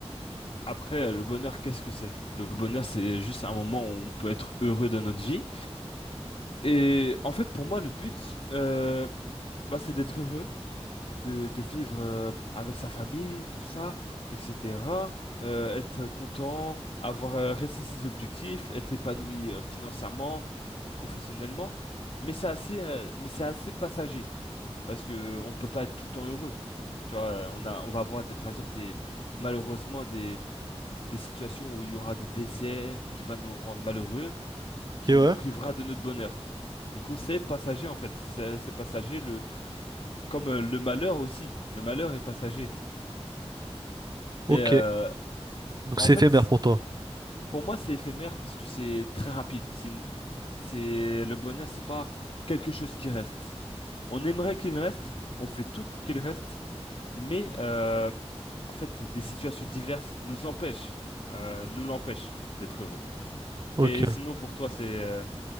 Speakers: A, on the left (about 55°); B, on the right (about 40°).
A: Après euh, le bonheur qu'est-ce que c'est? Le bonheur c'est juste un moment où on peut être heureux dans notre vie. Et en fait pour moi le but euh, bah, c'est d'être heureux de, de vivre euh, avec sa famille, tout ça, etc. euh, être content, avoir euh, réussi ses objectifs, être épanoui euh, financièrement, euh, professionnellement. Mais c'est assez, euh, mais c'est assez passager parce que euh, on ne peut pas être tout le temps heureux. Tu vois, euh, on a, on va avoir des, par exemple des, malheureusement des, des situations où il y aura des décès qui va nous rendre malheureux, qui
B: Et
A: nous
B: ouais.
A: privera de notre bonheur. Du coup, c'est passager en fait. C'est c'est passager le, comme euh, le malheur aussi. Le malheur est passager.
B: Ok.
A: Et euh,
B: Donc
A: bah,
B: c'est
A: en fait,
B: éphémère
A: c-
B: pour toi.
A: pour moi, c'est éphémère parce que c'est très rapide. C'est une- c'est le bonheur, c'est pas quelque chose qui reste. On aimerait qu'il reste, on fait tout pour qu'il reste, mais euh, en fait, des situations diverses nous empêchent, euh, nous l'empêchent d'être heureux.
B: Ok.
A: Et sinon, pour toi, c'est euh,